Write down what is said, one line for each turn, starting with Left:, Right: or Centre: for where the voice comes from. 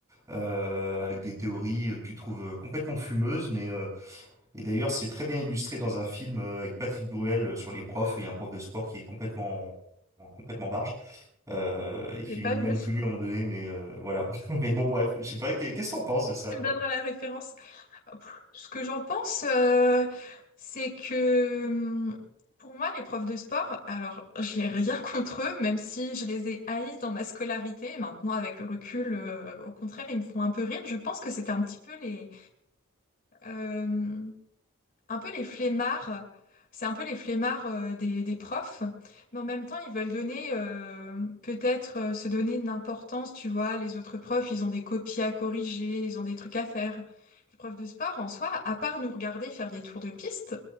Right: euh, avec
Left: Je
Right: des théories euh, que tu trouves euh, complètement fumeuses, mais euh, et d'ailleurs, c'est très bien illustré dans un film euh, avec Patrick Bruel euh, sur les profs. Il y a un prof de sport qui est complètement, en- complètement barge. Euh, il
Left: l'ai
Right: finit
Left: pas vu.
Right: même tout nu à un moment donné, mais euh, voilà. <laughs> Mais bon, bref, je sais pas, qu'est- qu'est-ce que t'en penses de ça,
Left: Tu
Right: toi?
Left: me donneras la référence. Pff, Ce que j'en pense, euh, c'est que hum, pour moi, les profs de sport, alors j'ai rien <laughs> contre eux, même si je les ai haïs dans ma scolarité. Maintenant, avec le recul, euh, au contraire, ils me font un peu rire. Je pense que c'était un petit peu les, euh, un peu les flemmards, c'est un peu les flemmards euh, des, des profs, mais en même temps, ils veulent donner, euh, peut-être euh, se donner une importance, tu vois, les autres profs, ils ont des copies à corriger, ils ont des trucs à faire. Les profs de sport, en soi, à part nous regarder faire des tours de piste,